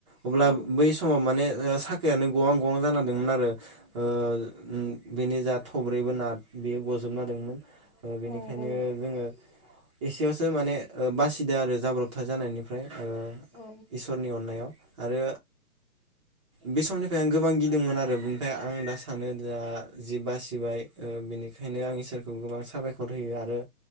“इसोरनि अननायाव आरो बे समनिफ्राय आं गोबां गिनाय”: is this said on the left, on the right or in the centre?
Right